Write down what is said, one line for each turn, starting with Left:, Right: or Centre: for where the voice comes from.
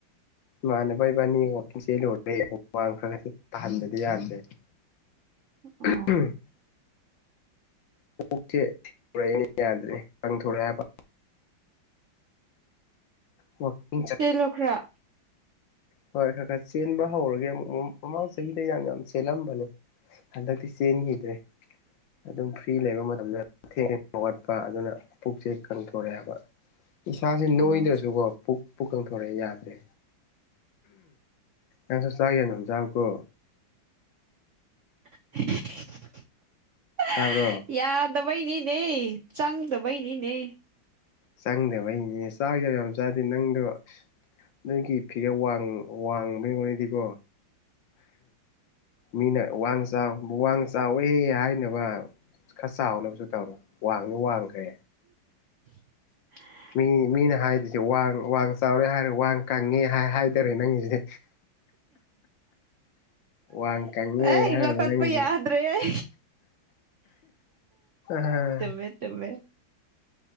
Left: ꯏꯃꯥꯟꯅꯕ ꯏꯕꯥꯅꯤ ꯋꯥꯛꯀꯤꯡ ꯆꯦꯜꯂꯨꯔꯦ ꯍꯨꯃꯥꯡ ꯈꯔ ꯈꯔ ꯇꯥꯍꯟꯗ꯭ꯔꯗꯤ ꯌꯥꯗ꯭ꯔꯦ <inaudible>
Right: ꯎ ꯑꯥ
Left: <unintelligible> ꯀꯣꯛꯁꯦ ꯊꯤꯗꯣꯔꯛꯑꯦ ꯌꯥꯗ꯭ꯔꯦ ꯄꯪꯊꯣꯔꯛꯑꯦ ꯍꯥꯏꯕ ꯋꯥꯀꯤꯡ <unintelligible>
Right: ꯆꯦꯜꯂꯣ ꯈꯔ
Left: ꯍꯣꯏ ꯈꯔ ꯈꯔ ꯆꯦꯟꯕ ꯍꯧꯔꯒꯦ ꯑꯃꯨꯛ ꯃꯃꯥꯡ ꯆꯍꯤꯗ ꯌꯥꯝ ꯌꯥꯝ ꯆꯦꯜꯂꯝꯕꯅꯦ ꯍꯟꯗꯛꯇꯤ ꯆꯦꯟꯈꯤꯗ꯭ꯔꯦ ꯑꯗꯨꯝ ꯐ꯭ꯔꯤ ꯂꯩꯕ ꯃꯇꯝꯗ ꯊꯦꯡ ꯍꯧꯒꯠꯄ ꯑꯗꯨꯅ ꯄꯨꯛꯁꯦ ꯀꯪꯊꯣꯔꯑꯦ ꯍꯥꯏꯕ ꯏꯁꯥꯁꯦ
Right: ꯑꯣ
Left: ꯅꯣꯏꯗ꯭ꯔꯁꯨꯀꯣ ꯄꯨꯛ ꯄꯨꯛ ꯀꯪꯊꯣꯔꯛꯑꯦ ꯌꯥꯗ꯭ꯔꯦ ꯑꯦ ꯁꯣꯁꯍꯅ ꯍ ꯑꯥꯎꯀꯣ
Right: <inaudible>
Left: ꯇꯥꯔꯕꯔ
Right: ꯌꯥꯗꯕꯩꯅꯤꯅꯦ ꯆꯪꯗꯕꯩꯅꯤꯅꯦ
Left: ꯆꯪꯗꯕ ꯑꯩꯅꯦ ꯆꯥꯛꯗꯕ ꯌꯥꯝ ꯆꯥꯗꯦ ꯅꯪꯗꯣ ꯅꯣꯏꯒꯤ ꯐꯤꯒꯔꯡ ꯋꯥꯡꯕꯩ ꯃꯅꯤꯗꯤꯀꯣ ꯃꯤꯅ ꯋꯥꯡ ꯆꯥꯎ ꯋꯥꯡ ꯆꯥꯎꯋꯦꯍꯦ ꯍꯥꯏꯅꯕ ꯈꯔ ꯆꯥꯎꯅꯕꯁꯨ ꯇꯧꯔꯣ ꯋꯥꯡꯅꯤ ꯋꯥꯡꯈ꯭ꯔꯦ
Right: <inaudible>
Left: ꯃꯤ ꯃꯤꯅ ꯍꯥꯏꯔꯤꯁꯦ ꯋꯥ ꯋꯥꯡ ꯆꯥꯎꯔꯦ ꯍꯥꯏꯔꯦ ꯋꯥ ꯀꯪꯉꯦ ꯍꯥꯏ ꯇꯔꯦ ꯅꯪꯁꯤꯗꯤ ꯋꯥ ꯀꯪꯉꯦ
Right: ꯑꯩ
Left: ꯍꯥꯏꯪꯉ
Right: ꯂꯧꯈꯠꯄ ꯌꯥꯗ꯭ꯔꯦ ꯑꯩ
Left: ꯍꯝ
Right: ꯇꯃꯦ ꯇꯃꯦ